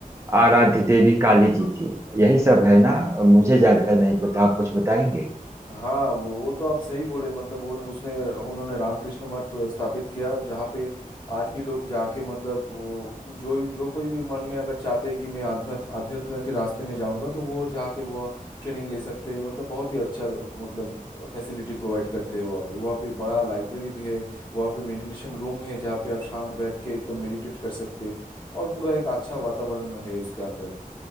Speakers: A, on the right; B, on the left.
A: आराध्य देवी काली जी थी यही सब है ना मुझे ज्यादा नहीं पता आप कुछ बताएंगे
B: हाँ वो, वो तो आप सही बोले मतलब वो उसने उन्होंने रामकृष्ण मठ स्थापित किया जहाँ पे आज भी लोग जाके मतलब वो कु- जो जो कोई भी मन में अगर चाहते हैं कि मैं आध्यात्म आध्यात्म के रास्ते में जाऊंगा तो वो जाके वो ट्रेनिंग ले सकते हैं मतलब बहुत ही अच्छा मतलब फैसिलिटी प्रोवाइड करते हैं वहाँ पे वहाँ पे बड़ा लाइब्रेरी भी है वहाँ पे मेडिटेशन रूम है जहाँ पे आप शांत बैठ के एकदम मेडिटेट कर सकते हैं और पूरा एक अच्छा वातावरण है उसके अंदर